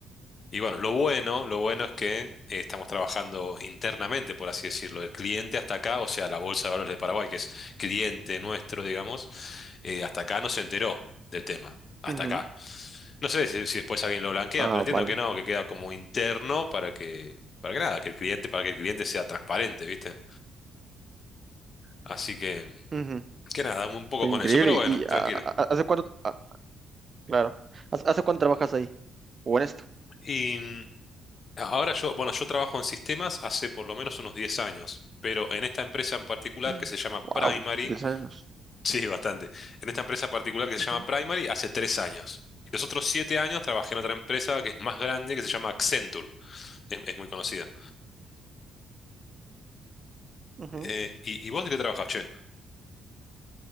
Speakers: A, on the left; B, on the right.
A: Y bueno, lo bueno, lo bueno es que eh, estamos trabajando internamente, por así decirlo. El cliente hasta acá, o sea, la Bolsa de Valores de Paraguay, que es cliente nuestro, digamos, eh, hasta acá no se enteró del tema. Hasta
B: ujú.
A: acá. No sé si, si después alguien lo blanquea,
B: Ah,
A: pero entiendo
B: vale.
A: que no, que queda como interno para que, para que nada, que el cliente, para que el cliente sea transparente, ¿viste? Así que,
B: Ujú.
A: que nada, un poco
B: Oye,
A: con
B: increíble.
A: eso, pero bueno,
B: ¿Y
A: tranquilo.
B: ah, ah, hace cuánto? ah, claro. ¿Hace hace cuánto trabajas ahí? ¿O en esto?
A: Y Ahora yo, bueno, yo trabajo en sistemas hace por lo menos unos 10 años, pero en esta empresa en particular
B: <gasps>
A: que se llama
B: Wow,
A: Primary,
B: 10 años.
A: <laughs> sí, bastante, en esta empresa particular que
B: Ujú,
A: se llama Primary hace 3 años. Los otros 7 años trabajé en otra empresa que es más grande, que se llama Accenture, es, es muy conocida.
B: ujú.
A: Eh, ¿y, y vos de qué trabajás, che?